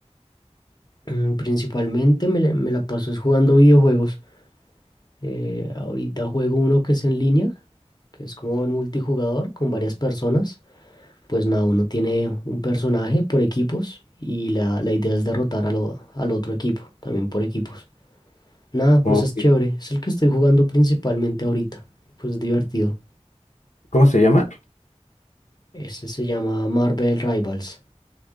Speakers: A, on the left; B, on the left.
A: Mm, Principalmente me, la- me la paso es jugando videojuegos. Eh, ahorita juego uno que es en línea, que es como en multijugador con varias personas. pues nada, uno tiene un personaje por equipos y la, la idea es derrotar a lo- al otro equipo, también por equipos. Nada, pues
B: ¿O
A: es chévere, es el que estoy jugando principalmente ahorita, pues es divertido.
B: ¿Cómo se llama?
A: Ese se llama Marvel Rivals.